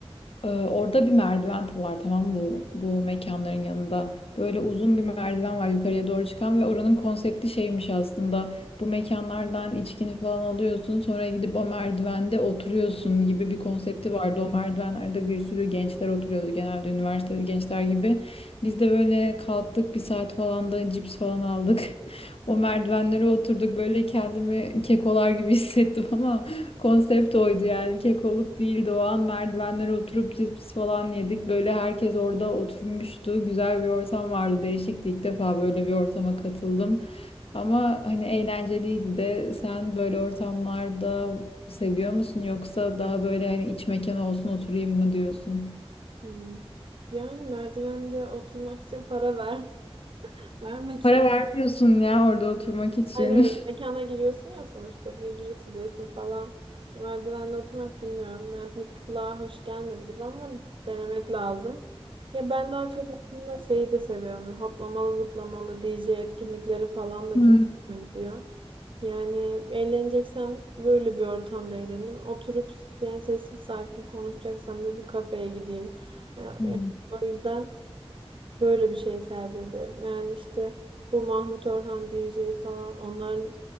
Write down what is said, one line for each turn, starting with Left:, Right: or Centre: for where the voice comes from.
Left: ee, Orada bir merdiven var tamam mı? bu bu mekanların yanında. Böyle uzun bir merdiven var yukarıya doğru çıkan ve oranın konsepti şeymiş aslında. Bu mekanlardan içkini falan alıyorsun sonra gidip o merdivende oturuyorsun gibi bir konsepti vardı. O merdivenlerde bir sürü gençler oturuyordu genelde üniversiteli gençler gibi. Biz de böyle kalktık bir saat falan da cips falan aldık. <laughs> O merdivenlere oturduk böyle kendimi kekolar gibi <laughs> hissettim Konsept oydu yani kekoluk değildi o an merdivenlere oturup cips falan yedik böyle herkes orada oturmuştu güzel bir ortam vardı değişikti ilk defa böyle bir ortama katıldım ama hani eğlenceliydi de sen böyle ortamlarda seviyor musun yoksa daha böyle hani iç mekan olsun oturayım mı diyorsun?
Right: Hmm. Yani merdivende oturmak için para ver <laughs> vermek
Left: Para vermiyorsun ya orada oturmak için.
Right: Hayır hayır mekana giriyorsun ya sonuçta bir ücret ödüyorsun falan. Merdivende oturmak bilmiyorum. Yani pek kulağa hoş gelmedi gibi ama denemek lazım. Ya ben daha çok aslında şeyi de seviyorum. Hoplamalı zıplamalı DJ etkinlikleri falan da
Left: <laughs>
Right: çok hoşuma gidiyor. Yani eğleneceksem böyle bir ortamda eğleneyim. Oturup yani sessiz sakin konuşacaksam böyle bir kafeye gideyim. Ee, yani
Left: Hmm.
Right: o yüzden Böyle bir şey tercih ederim. Yani işte bu Mahmut Orhan DJ falan onların